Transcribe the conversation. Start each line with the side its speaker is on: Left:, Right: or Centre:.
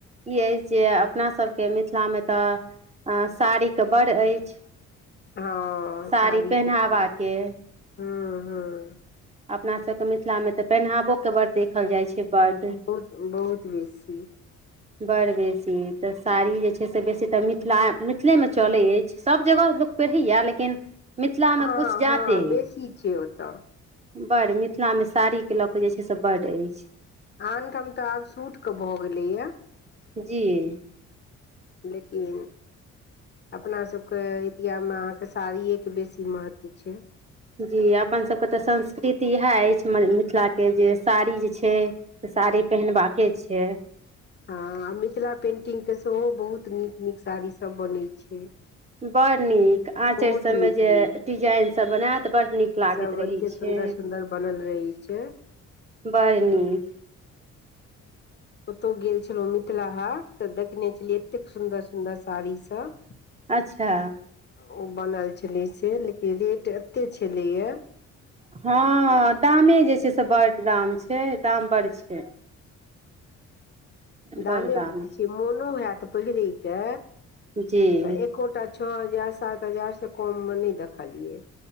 Right: ई अछि जे अपनासभके मिथिलामे तऽ आ साड़ीके बड़ अछि
Left: हँ
Right: साड़ी
Left: सारी
Right: पहिनावाके
Left: के तऽ हँ हुँ
Right: अपना सबके मिथिला मे तऽ पहिनावो के बड़ देखल जाइ छै बड्ड
Left: बहुत बहुत बेसी
Right: बड़ बेसी तऽ साड़ी जे छै से बेसी तऽ मिथिला मिथिलेमे चलै अछि सभ जगह लोक सही या लेकिन मिथिलामे
Left: हँ
Right: कुछ जादे
Left: हँ बेसी छै ओतऽ
Right: बड़ मिथिलामे साड़ीके लऽ कऽ जे छै से बड्ड अछि
Left: आनठाम तऽ आब सूट के भऽ गेलैया
Right: जी
Left: लेकिन अपना सबके एरियामे अहाँ के साड़िये के बेसी महत्व छै
Right: जी अपनसभके तऽ संस्कृति इएह अछि मिथिलाके जे साड़ी जे छै तऽ साड़ी पहिनबाके छै
Left: हँ आ मिथिला पेन्टिंगके सेहो बहुत नीक नीक साड़ीसभ बनैत छै
Right: बड़ नीक आंचर
Left: बहुत
Right: सब मे
Left: नीक
Right: जे
Left: नीक
Right: डिजाइन सब बनायत बड़ नीक लागैत
Left: खूब
Right: रहै
Left: एते सुन्दर
Right: छै
Left: सुन्दर बनल रहै छै
Right: बड़ नीक
Left: ओतौ गेल छलौं मिथिला हाट तऽ देखने छलियै एतेक सुन्दर सुन्दर साड़ी सब
Right: अच्छा
Left: ओ बनल छली से लेकिन रेट एते छलेया
Right: हँ दामे जे छै से बड़ दाम छै दाम बड़ छै <inaudible>
Left: दामे
Right: बड़ दाम
Left: बड्ड छै मोनो हैत पहिरेके
Right: जी
Left: तऽ एकोटा छौ हजार सात हजार से कोममे नय देखलियै